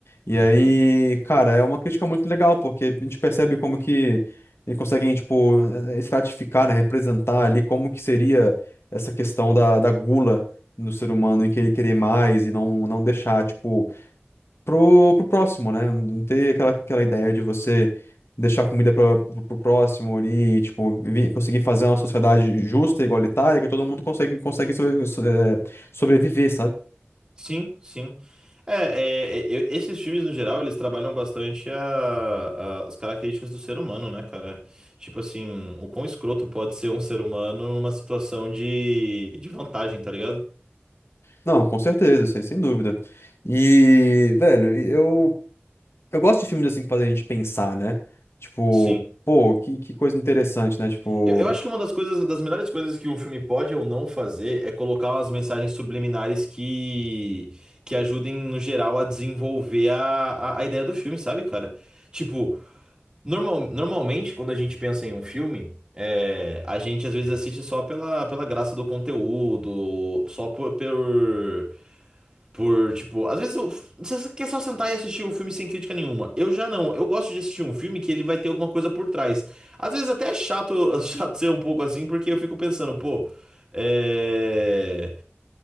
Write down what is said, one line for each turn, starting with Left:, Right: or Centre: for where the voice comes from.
Left: E
Right: Uhum.
Left: aí, cara, é uma crítica muito legal, porque a gente percebe como que eles conseguem, tipo, eh, estratificar, né, representar ali como que seria essa questão da, da gula do ser humano em querer querer mais e não, não deixar, tipo, pro, pro próximo, né? Não ter aquela, aquela ideia de você deixar comida pra, pro, pro próximo ali, tipo, vi- conseguir fazer uma sociedade justa, igualitária, que todo mundo consegue, consegue sobre- so- eh, sobreviver, sabe?
Right: Sim, sim. É, é, é, eu- esses filmes, no geral, eles trabalham bastante a- a- as características do ser humano, né, cara? Tipo assim, o quão escroto pode ser um ser humano numa situação de, de vantagem, tá ligado?
Left: Não, com certeza, sem, sem dúvida. E, velho, eu, eu gosto de filmes assim que fazem a gente pensar, né? Tipo,
Right: Sim.
Left: pô, que, que coisa interessante, né? Tipo,
Right: Eu, eu acho que uma das coisas, das melhores coisas que um filme pode ou não fazer é colocar umas mensagens subliminares que, que ajudem, no geral, a desenvolver a, a, a ideia do filme, sabe, cara? Tipo, Normal, normalmente, quando a gente pensa em um filme, é, a gente às vezes assiste só pela, pela graça do conteúdo, só por, por, por, tipo, às vezes eu- você quer só sentar e assistir o filme sem crítica nenhuma. Eu já não, eu gosto de assistir um filme que ele vai ter alguma coisa por trás. Às vezes até é chato, <laughs> chato ser um pouco assim, porque eu fico pensando, pô, é,